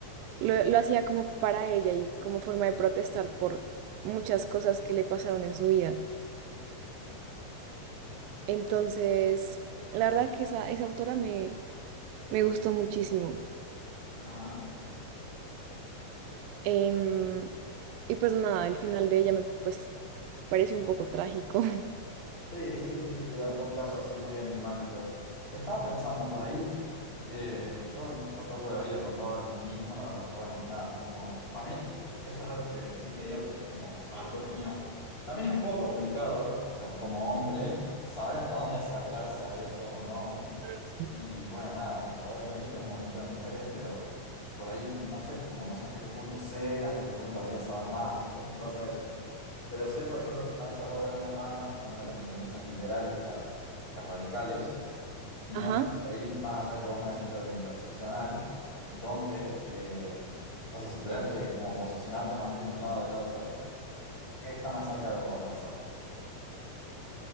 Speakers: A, on the right; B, on the left.
A: Lo, lo hacía como para ella y como forma de protestar por muchas cosas que le pasaron en su vida. Entonces, la verdad que esa, esa autora me, me gustó muchísimo.
B: Ajá.
A: Em, y pues nada, el final de ella me pues parece un poco trágico. <laughs>
B: Sí, sí, sí, sí, bueno, fue un caso así muy enigmático. Estaba pensando por ahí, eh, yo, o sea, toco de oído con todo el feminismo, la verdad es que, bueno, nada, es como, también, eso es algo que sí quería como saber tu opinión. También es un poco complicado, o sea, como hombre, saber hasta dónde acercarse a eso o no.
A: Sí.
B: Y bueno, nada, o sea, obviamente que es un movimiento de mujeres, pero por ahí, no sé, es como, no sé hasta qué punto sé, hasta qué punto debería saber más, ¿viste? Me pasa eso. Pero sé, por ejemplo, que están esas dos grandes ramas, que son las de las feministas liberales y las, las radicales, y
A: Ajá.
B: no sé hasta ahí, más allá de que vos me decís lo de lo interseccional, donde, eh, o sea, si tuvieras que como posicionarte más bien de un lado o del otro, ¿qué está más cerca de lo que vos pensás?